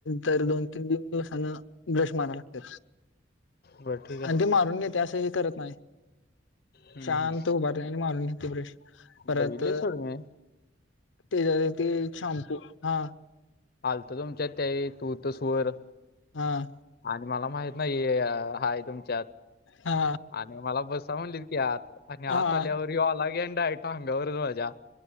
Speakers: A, on the left; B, on the left.
A: तर दोन तीन तीन दिवसान ब्रश माराव लागते.
B: बरं ठीक आहे
A: आणि ते मारून घेते असं हे करत नाही.
B: हम्म,
A: शांत
B: हम्म.
A: उभा राहते आणि मारून घेते ब्रेश परत.
B: बघितली सोड मी
A: ते जर ते शॅम्पू हां
B: आलतं तुमच्यात त्या तू तर स्वर
A: हां
B: आणि मला माहित ना हाय तुमच्यात
A: हा
B: आणि मला बसा म्हणली की आत आणि आत
A: हा
B: आल्यावर हॉला गेंडाय. अगावरच माझ्या